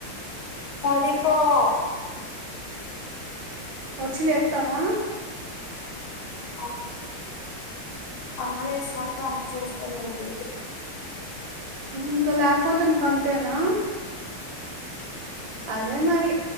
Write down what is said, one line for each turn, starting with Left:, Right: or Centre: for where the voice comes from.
Left: పడిపోవు
Right: వచ్చి లేపుతావా?
Left: అవ్ అమ్మలే వేసినప్పుడు అమ్మ చూస్తే లేపింది.
Right: ఇంకా లేకపోతే ఇంకా అంతేనా అదే మరి